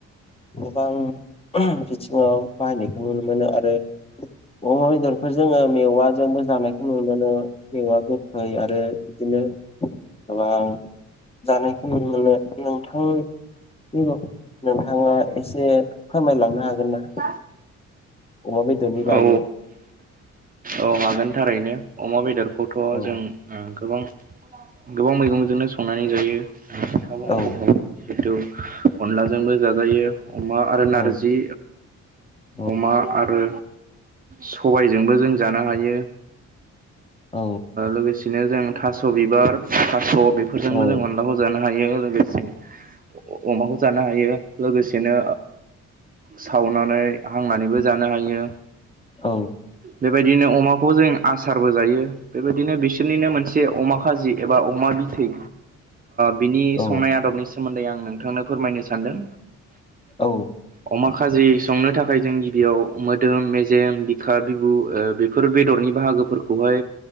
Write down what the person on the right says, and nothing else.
<inaudible>
औ औ औ हागोन थारैनो अमा बेदरखौथ'
जों गोबां गोबां मैगंजोंनो संनानै जायो नखाबो
मावखायो जिथु अनलाजोंबो जाजायो अमा आरो
नारजि
अमा आरो सबायजोंबो जों जानो हायो
लोगोसेनो जों थास' बिबार थास' बेफोरजोंबो
जों अनलाखौ जानो हायो लोगोसे अमाखौ जानो हायो लोगोसेनो सावनानै हांनानैबो जानो हायो
बेबायदिनो अमाखौ बेखौ जों आसारबो जायो बेबायदिनो बिसोरनिनो मोनसे अमा खाजि एबा अमा बिथै बिनि
संनाय आदबनि सो मोन्दै आं नोंथांनो फोरमायनो सानदों
अमा खाजि संनो थाखाय जों गिबियाव मोदोम मेजेम बिखा बिबु बेफोर बेफोर बेदरनि बाहागोफोरखौहाय